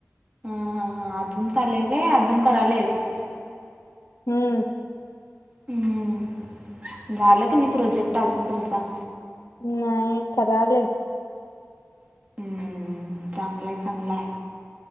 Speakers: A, on the right; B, on the left.
A: हा हा हा अजून चालेय काय अजून करालेस?
B: हम्म.
A: हम्म झालं का नाही प्रोजेक्ट अजून तुमचा?
B: नाही कराले.
A: हम्म. चांगला चांगला आहे.